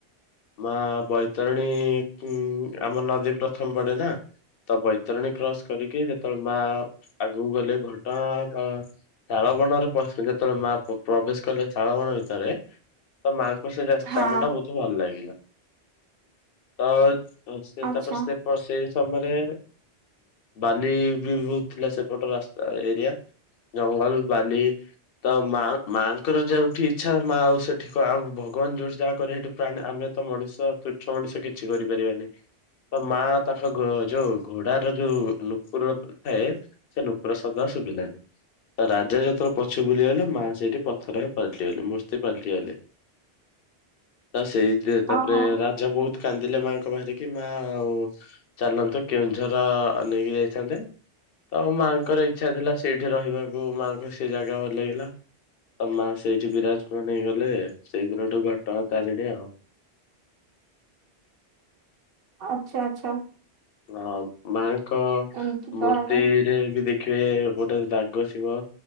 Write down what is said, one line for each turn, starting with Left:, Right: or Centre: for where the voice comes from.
Left: ମା ବୈତରଣୀ ଆମ ନଦୀ ପ୍ରଥମ ପଡ଼େ ନା। ତ ବୈତରଣୀ କ୍ରସ୍ କରିକି ଯେତେବେଳେ ମା ଆଗକୁ ଗଲେ ଘଟଗାଁ ଶାଳ ବଣରେ ପଶିଲେ ଯେତେବେଳେ ମା ପ୍ରବେଶ କଲେ ଶାଳ ବଣ ଭିତରେ ତ ମାଙ୍କ ସେ ଯ ସ୍ଥାନ
Right: ହଁ
Left: ଟା ବହୁତ ଭଲ ଲାଗିଲା ତ ହ ସେ
Right: ଆଚ୍ଛା
Left: ତାପରେ ସେ ସେଇ ସମୟରେ ବାଲି ବି ବହୁତ ଥିଲା ସେପଟ ରାସ୍ତା ଏରିଆ ଜଙ୍ଗଲ ବାଲି ତ ମା ମାଆଙ୍କର ଯଉଠି ଇଚ୍ଛା ମା ଆଉ ସେଠି ଆଉ ଭଗବାନ ଯଉଠି ଯାହା କ ସେଠି ପ୍ରାଣୀ ଆମେ ତ ମଣିଷ ତୃଛ ମଣିଷ କିଛି କରିପାରିବେନି ତ ମା ତାଙ୍କ ଯଉ ଘୋଡ଼ା ଯୋଉ ନୁପୁର ଥାଏ ସେ ନୁପୁର ଶଦ୍ଦ ଶୁଭିଲାନି ତ ତ ରାଜା ଯେତେବେଳେ ପଛ ବୁଲିଗଲେ ମା ସେଇଠି ପଥରରେ ପାଲଟିଗଲେ ମୂର୍ତ୍ତି ପାଲଟିଗଲେ। ତା ସେଇ ଯେ ତାପରେ
Right: ଓହୋ।
Left: ରାଜା ବହୁତ କାନ୍ଦିଲେ ମାଙ୍କ ପାଖରେ କି ମାଆ ଆଉ ଚାଲନ୍ତୁ କେଉଁଝର ପା ନେଇକି ଯାଇଥାନ୍ତେ। ତ ମାଆଙ୍କର ଇଚ୍ଛା ଥିଲା ସେଇଠି ରହିବାକୁ ମାଆଙ୍କ ସେ ଜାଗା ଭଲ ଲାଗିଲା। ତ ମା ସେଇଠି ବିରାଜମାନ ହେଇଗଲେ ସେଇଦିନଠୁ ଘଟଗାଁ ତାରିଣୀ ଆଉ
Right: ଆଚ୍ଛା ଆଚ୍ଛା।
Left: ହଁ ମାଆଙ୍କ
Right: ଏମିତି ତାହେଲେ।
Left: ମୂର୍ତ୍ତି ରେ ବି ଦେଖ ଦେଖିବେ ଗୋଟେ ଦାଗ ଥିବ।